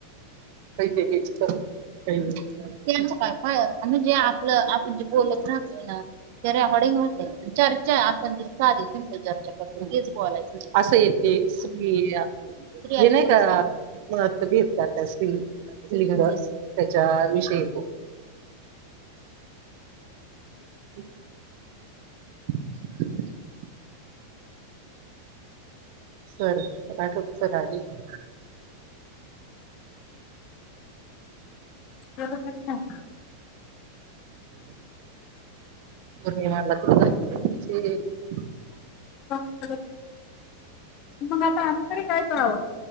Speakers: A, on the right (about 50°); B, on the left (about 40°).
A: के के ची करू चं काय जे आपलं आपण जे बोलत राहतो ना चर्चा ही आपण ती सिम्पल चर्चा करतोय ना तेच बोलायचं असं एक ते नाही का अन काय भेटतात असं क्लिक केलं का त्याच्यावर विषय येतो हळहळ सरला पाठवतो सर आले होते
B: तेवढं
A: त्या मागला कुडवस्ती ख
B: अगं मग आता आम्ही तरी काय करावं